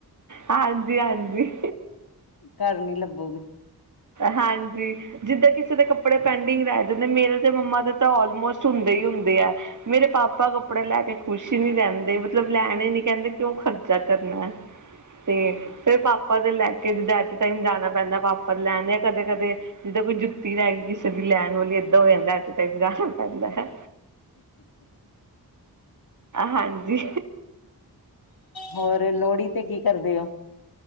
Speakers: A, on the right; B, on the left.
A: ਹਾਂਜੀ ਹਾਂਜੀ
B: ਘਰ ਨੀ ਲੱਭੋਗੇ
A: ਹਾਂਜੀ ਜਿੱਦਾਂ ਕਿਸੇ ਦੇ ਕੱਪੜੇ ਪੈਂਡਿੰਗ ਰੈ ਜਾਂਦੇ ਮੇਰੇ ਤੇ ਮੰਮਾ ਦੇ ਤਾਂ ਆਲਮੋਸਟ ਹੁੰਦੇ ਹੀ ਹੁੰਦੇ ਆ ਮੇਰੇ ਪਾਪਾ ਕੱਪੜੇ ਲੈ ਕੇ ਖੁਸ਼ ਹੀ ਨੀ ਰਹਿੰਦੇ ਮਤਲਬ ਲੈਣੇ ਨੀ ਕਹਿੰਦੇ ਕਿਉਂ ਖਰਚਾ ਕਰਨਾ ਤੇ ਫੇਰ ਪਾਪਾ ਦੇ ਲੈ ਕੇ ਜ ਐਟੇ ਟਾਈਮ ਜਾਣਾ ਪੈਂਦਾ ਪਾਪਾ ਲੈਣ ਆ ਕਦੇ ਕਦੇ ਜਿੱਦਾਂ ਕੋਈ ਜੁੱਤੀ ਰੈਣ ਗਈ ਕਿਸੇ ਦੀ ਲੈਣ ਵਾਲੀ ਏਦਾਂ ਹੋ ਜਾਂਦਾ ਐਟ ਏ ਟਾਈਮ ਜਾਣਾ ਪੈਂਦਾ ਹੈ ਹਾਂਜੀ
B: ਹੋਰ ਲੋਹੜੀ ਤੇ ਕੀ ਕਰਦੇ ਹੋ?